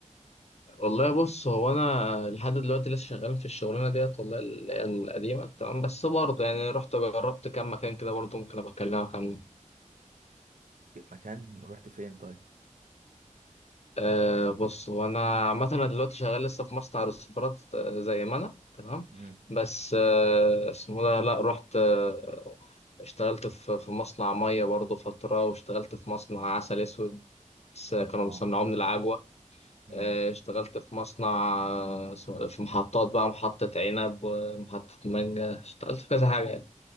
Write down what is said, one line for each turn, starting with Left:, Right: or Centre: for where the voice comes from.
Left: والله بص هو انا لحد دلوقتي لسه شغال في الشغلانه ديت والله اللي هي القديمه تمام بس برضه يعني رحت جربت كام مكان كده برضه ممكن ابقى اكلمك عنه
Right: مكان رحت فين طيب
Left: أه بص هو انا عامه انا دلوقتي شغال لسه في مصنع رصفارات آه، زي ما انا تمام
Right: امم
Left: بس أه اسمه ده لا رحت أه اشتغلت في في مصنع ميه برضه فتره واشتغلت في مصنع عسل اسود بس كانوا
Right: اه
Left: بيصنعوه من العجوه
Right: امم
Left: أه اشتغلت في مصنع آه، اسمه- في محطات بقى محطه عنب ومحطه مانجا اشتغلت في كذا حاجه يعني